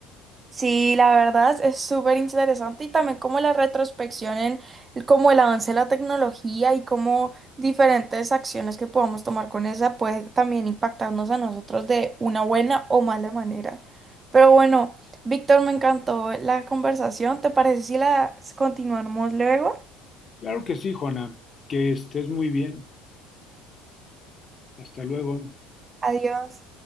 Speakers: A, on the right (about 30°); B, on the left (about 35°).
A: Sí, la verdad es súper interesante y también como la retrospección en el- como el avance de la tecnología y cómo diferentes acciones que podamos tomar con esa puede también impactarnos a nosotros de una buena o mala manera. Pero bueno, Víctor, me encantó la conversación. ¿Te parece si la continuamos luego?
B: Claro que sí, Juana, que estés muy bien. Hasta luego.
A: Adiós.